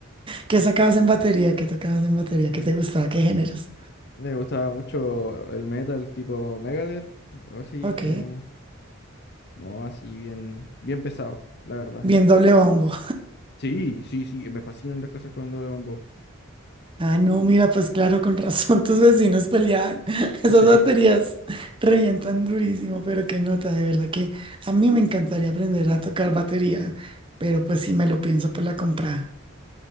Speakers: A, on the right (about 25°); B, on the left (about 50°).
A: ¿Qué sacabas en batería? ¿Qué tocabas en batería? ¿Qué
B: Mm,
A: te gustaba? ¿Qué géneros?
B: Me gustaba mucho el metal tipo Megadeth, o así
A: Ok,
B: como, no, así bien, bien pesado, la verdad.
A: bien doble bombo.
B: Sí, sí, sí, me fascinan las cosas con doble bombo. <laughs>
A: Ah, no, mira, pues claro, con razón <laughs> tus vecinos peleaban. <laughs> Esas
B: Sí,
A: baterías revientan durísimo, pero qué nota, de verdad que a mí me encantaría aprender a tocar batería, pero pues sí
B: eh,
A: me lo pienso por la compra.